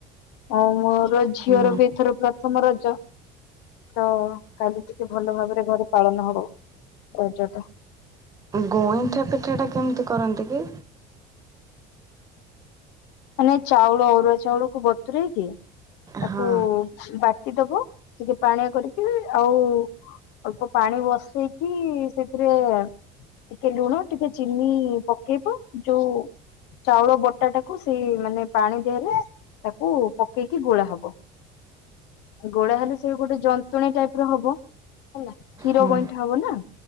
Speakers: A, on the left (about 70°); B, on the right (about 20°).
A: ଆଉ ମୋର ଝିଅର
B: ହଁ।
A: ବି ଏଥର ପ୍ରଥମ ରଜ। ତ କାଲି ଟିକେ ଭଲ ଭାବରେ ଘରେ ପାଳନ ହବ ରଜଟା।
B: ଗଇଁଠା ପିଠା ଟା କେମିତି କରନ୍ତି କି?
A: ମାନେ ଚାଉଳ ଅରୁଆ ଚାଉଳ କ ବତୁରଇ କି। ତାକୁ
B: ହଁ।
A: ବାଟି ଦବ ଟିକେ ପାଣିଆ କରିକି ଆଉ। ଅଳ୍ପ ପାଣି ବସେଇକି ସେଥିରେ। ଟିକେ ଲୁଣ ଟିକେ ଚିନି ପକେଇବ ଯୋଉ ଚାଉଳ ବଟା ଟା। ତାକୁ ସେଇ ମାନେ ପାଣି ଦେହରେ ତାକୁ ପକେଇକି ଗୋଳା ହବ। ଗୋଳା ହେଲେ ସେ ଗୋଟେ ଜନ୍ତୁଣୀ ଟାଇପ ର ହବ ହେଲା କ୍ଷୀର
B: ହୁଁ
A: ଗଇଁଠା ହବ ନା।